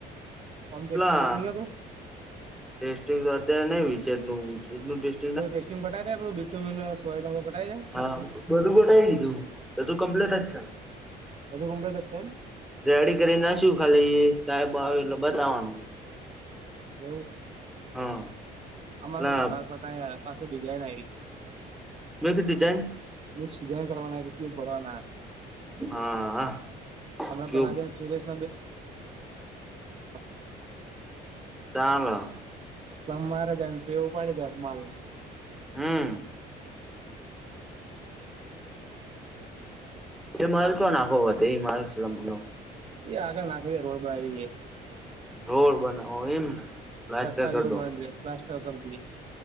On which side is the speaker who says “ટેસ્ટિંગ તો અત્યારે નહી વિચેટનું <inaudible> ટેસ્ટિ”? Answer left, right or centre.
Centre